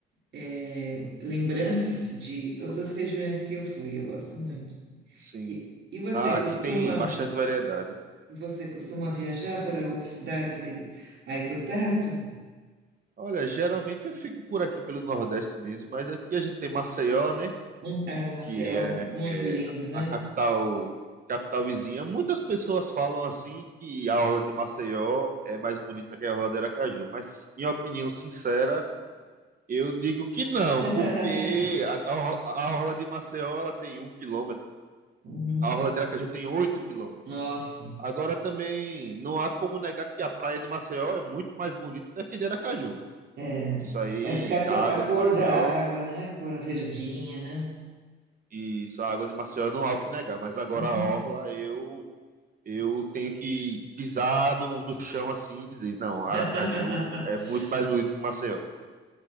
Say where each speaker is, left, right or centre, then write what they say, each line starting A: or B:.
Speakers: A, on the right (about 60°); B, on the right (about 45°).
A: eh, lembranças de todas as regiões que eu fui. Eu gosto muito.
B: Sim.
A: E, e você
B: Ah, aqui
A: costuma,
B: tem bastante variedade.
A: você costuma viajar para outras cidades aí, aí por perto?
B: Olha, geralmente eu fico por aqui pelo Nordeste mesmo, mas aqui a gente tem Maceió, né?
A: Hum, é, nossa,
B: Que
A: é
B: é
A: muito lindo,
B: é,
A: né?
B: a capital, capital vizinha. Muitas pessoas falam assim que a orla de Maceió é mais bonita que a orla de Aracaju, mas minha opinião sincera, eu digo que não,
A: <laughs>
B: porque a, a, orla- a orla de Maceió ela tem um quilômetro
A: Uhum.
B: A Orla de Aracaju tem 8 quilômetros.
A: Nossa,
B: Agora também não há como negar que a praia de Maceió é muito mais bonita do que de Aracaju.
A: é,
B: Isso aí,
A: é porque a cor,
B: a água
A: a
B: de
A: cor
B: Maceió,
A: da água, né? A cor verdinha, né?
B: isso, a água de Maceió não há o que negar, mas agora
A: Uhum.
B: a orla eu eu tenho que pisar no, no chão assim e dizer, não,
A: <laughs>
B: Aracaju é muito mais bonito que Maceió.